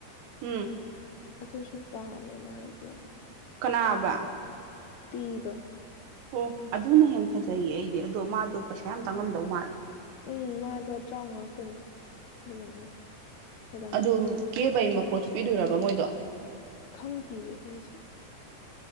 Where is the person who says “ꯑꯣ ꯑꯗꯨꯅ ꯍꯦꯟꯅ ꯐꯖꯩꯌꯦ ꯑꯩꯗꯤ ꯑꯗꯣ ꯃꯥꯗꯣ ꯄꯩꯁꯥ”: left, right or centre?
Right